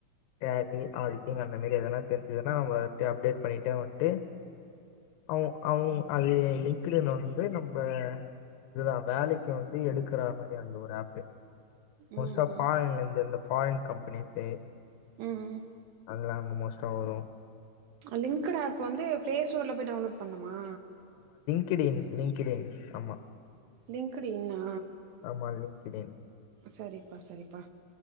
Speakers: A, on the left; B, on the right.
A: டேலி ஆடிடிங் அந்த மாரி எதனா தெரிஞ்சுதுன்னா நம்ம அப்டே அப்டேட் பண்ணிட்டே வண்ட்டு அவு அவுங் அது லிங்க்டுன் வந்து நம்ப இதுதா வேலைக்கு வந்து எடுக்குற மாரி அந்த ஒரு ஆப்பு மோஸ்ட்டா
B: ம்
A: ஃபாரின்லருந்து அந்த ஃபாரின் கம்பெனிஸு
B: உம் ம்
A: அதலா அங்க மோஸ்டா வரு
B: லின்குடு ஆப் வந்து பிளேஸ் டோர்ல போய் டவுலோட் பண்ணும் மா
A: கிடின் லின்கிடின் ஆமா
B: லின்குடு இன்னா
A: ஆமா லிங்க்டுஇன்
B: செரிப்பா செரிப்பா